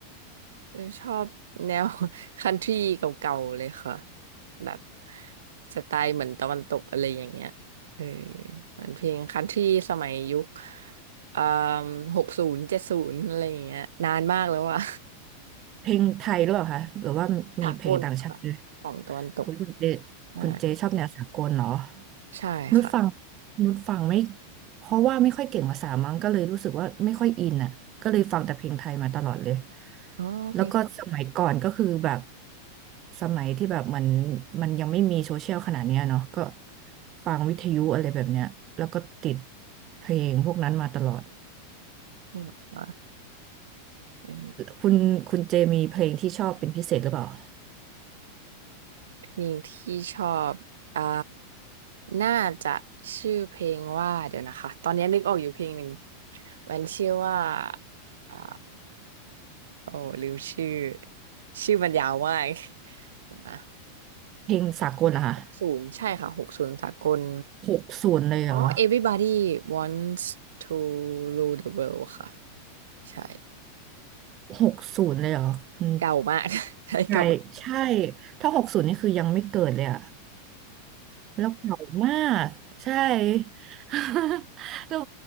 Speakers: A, on the right (about 60°); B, on the right (about 35°).
A: เจนชอบแนว <laughs> คันทรีเก่าๆเลยค่ะแบบสไตล์เหมือนตะวันตกอะไรอย่างเงี้ยเออมันเพลงคันทรีสมัยยุคเอ่7หกศูนย์เจ็ดศูนย์อะไรอย่างเงี้ยนานมากแล้วอะ
B: เพลงไทยหรือเปล่าคะหรือว่ามีเพลงต่างชาติด้วย
A: <laughs> สากลค่ะของตะวันตก
B: คุณคุณเจ
A: ใช่
B: คุณเจชอบแนวสากลเหรอ
A: ใช่ค่ะ
B: นุชฟังนุชฟังไม่เพราะว่าไม่ค่อยเก่งภาษามั้งก็เลยรู้สึกว่าไม่ค่อยอินอ่ะก็เลยฟังแต่เพลงไทยมาตลอดเลย
A: อ๋อเพลง
B: แล้วก็สมัยก่อนก็คือแบบ
A: <laughs> น
B: สมัยที่แบบมันมันยังไม่มีโซเชียลขนาดเนี้ยเนาะก็ฟังวิทยุอะไรแบบเนี้ยแล้วก็ติดเพลงพวกนั้นมาตลอด
A: ี้เหรอคะ
B: คุณคุณเจมีเพลงที่ชอบเป็นพิเศษหรือเปล่า
A: เพลงที่ชอบอ่าน่าจะชื่อเพลงว่าเดี๋ยวนะคะ ตอนนี้นึกออกอยู่เพลงหนึ่งมันชื่อว่าอ่าโอ้ลืมชื่อ ชื่อมันยาวมาก <laughs> นะ
B: เพลงสากลเหรอคะ
A: หกศูนย์ใช่ค่ะหกศูนย์สากล
B: หกศูนย์เลยเหรอ
A: อ๋อ Everybody wants to rule the world ค่ะ ใช่
B: หกศูนย์เลยเหรอคุณ
A: เก่ามาก <laughs> ใช่เก่ามาก
B: ใช่ยใช่ถ้าหกศูนย์นี่คือยังไม่เกิดเลยอะ แล้วเก่ามากใช่ <laughs> แล้ว